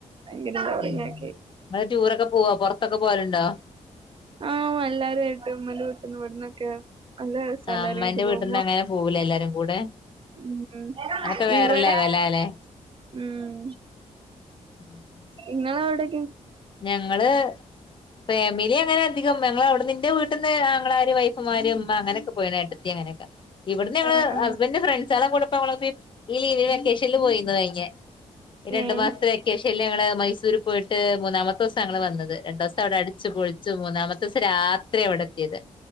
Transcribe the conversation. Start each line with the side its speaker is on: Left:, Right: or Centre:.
Right: ഭയങ്കര ബോറിംഗ്
Left: ഉം
Right: ആക്കി
Left: ഇങ്ങള് ടൂരൊക്കെ പോവാ പൊർത്തൊക്കെ പോവലുണ്ടോ?
Right: ആ വല്ലാരും ആയിട്ടും മ്മലട്ടുന്ന ഇവിടുന്നൊക്കെ അല്ലെ സലറി
Left: ആഹ് ഇമ്മാന്റെ
Right: ആയിട്ട് പോവുമ്പോ
Left: വീട്ടിന്ന് അങ്ങനെ പോവൂലേ എല്ലാരും കൂടെ
Right: ഉം
Left: അതൊക്കെ വേറെ
Right: ഇവിടെ
Left: ലെവലാല്ലേ
Right: ഉം
Left: ഉം <unintelligible>
Right: നിങ്ങളവിടെ
Left: ഞങ്ങള് ഫാമിലി അങ്ങനെ അധികം ഞങ്ങള് അവിടെന്ന് എന്റെ വീട്ടിന്ന് ആങ്ങളാര് വൈ ഫുമാര് ഉമ്മ അങ്ങനെയൊക്കെ പോയ ഏട്ടത്തി അങ്ങനൊക്കെ ഇവിടെന്ന് ഞങ്ങള്
Right: ആഹ് ആഹ്
Left: ഹസ്ബന്റ് ഫ്രണ്ട് <unintelligible> ലീ വെക്കേഷൻല് പോയി കഴിഞ്ഞെ രണ്ട്
Right: ഏഹ്
Left: മാസത്തെ വെക്കേഷ ല് ഞങ്ങള് മൈസൂര് പോയിട്ട് മൂന്നാമത്തെ ദിവസ ഞങ്ങള് വന്നത്. രണ്ടു ദിവസം അവിടെ അടിച്ചു പൊളിച്ചു മൂന്നാമത്തെ ദിവസം രാത്രി അവിടെ എത്തിയത്.